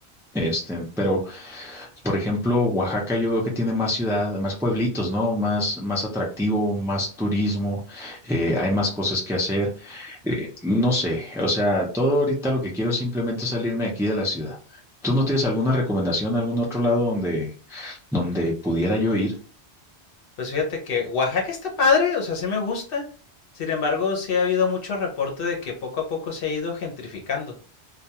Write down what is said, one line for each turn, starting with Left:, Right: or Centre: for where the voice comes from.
Centre: Este, pero Por ejemplo, Oaxaca yo veo que tiene más ciudad, más pueblitos, ¿no? Más, más atractivo, más turismo, eh, hay más cosas que hacer. Eh, no sé, o sea, todo ahorita lo que quiero es simplemente salirme aquí de la ciudad. ¿Tú no tienes alguna recomendación, algún otro lado donde, donde pudiera yo ir?
Left: Pues fíjate que Oaxaca está padre, o sea, sí me gusta. Sin embargo, sí ha habido mucho reporte de que poco a poco se ha ido gentrificando.